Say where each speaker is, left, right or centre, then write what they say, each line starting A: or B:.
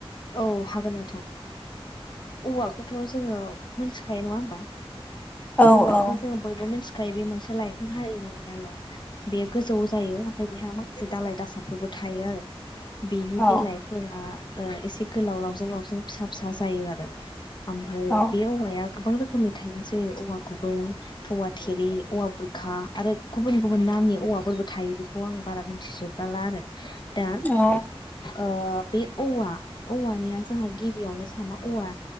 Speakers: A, on the left; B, on the left.
A: औ हागोन नोंथां औवाखौ थ' जोङो मोनथिखायो नङा होमबा
B: औ औ
A: औवाखौ जोङो बयबो मिथिखायो बे मोनसे लाइफां हारिनि बेयो गोजौ जायो ओमफाय बेहा माखासे दालाय दासाफोरबो थायो आरो। बेनि
B: औ
A: बिलाइफोरा ओ एसे गोलाव लावजों लावजों फिसा फिसा जायो आरो। ओमफाय
B: औ
A: बे औवाया गोबां रो खोमनि थायो जेरै औवा गुबै औवा थेरे औवा बुरखा आरो गुबुन गुबुन नामनि औवाफोरबो थायो बेखौ आं बारा मिथिजोबला आरो। दा
B: औ
A: ओ बे औवा औवानिया जोंहा गिबियावनो जोंहा मा औवा